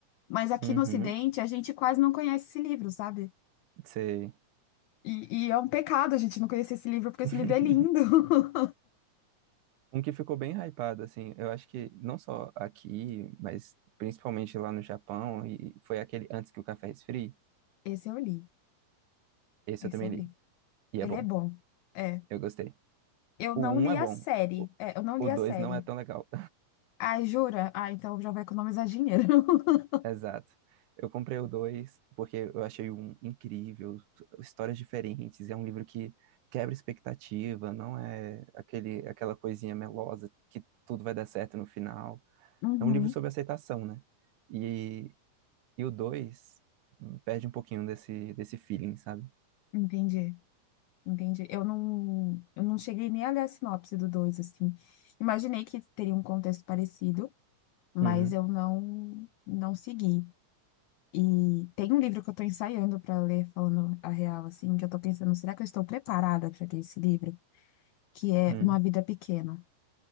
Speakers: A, on the left (about 85°); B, on the right (about 70°).
A: Mas aqui
B: Uhum,
A: no Ocidente, a gente quase não conhece esse livro, sabe?
B: sei.
A: E, e é um pecado a gente não conhecer esse livro, porque
B: <laughs>
A: esse livro é lindo. <laughs>
B: Um que ficou bem hypado, assim, eu acho que não só aqui, mas principalmente lá no Japão, e foi aquele Antes que o Café Esfrie.
A: Esse eu li,
B: Esse
A: esse
B: eu também
A: eu
B: li.
A: li.
B: E
A: Ele
B: é bom.
A: é bom. É,
B: Eu gostei.
A: Eu
B: O
A: não
B: um
A: li
B: é bom.
A: a série.
B: O
A: É, eu não
B: o
A: li
B: 2
A: a série.
B: não é tão legal.
A: Ah, jura? Ah, então já vai economizar dinheiro. <laughs>
B: Exato. Eu comprei o dois porque eu achei um incrível, histórias diferentes, é um livro que quebra expectativa, não é aquele, aquela coisinha melosa que tudo vai dar certo no final.
A: Uhum,
B: É um livro sobre aceitação, né? E, e o dois perde um pouquinho desse, desse feeling, sabe?
A: entendi, entendi. Eu não, eu não cheguei nem a ler a sinopse do dois assim. Imaginei que teria um contexto parecido, mas
B: Uhum,
A: eu não, não segui. E tem um livro que eu tô ensaiando para ler, falando a real, assim, que eu tô pensando, será que eu estou preparada para ter esse livro? Que é
B: uhum.
A: Uma Vida Pequena.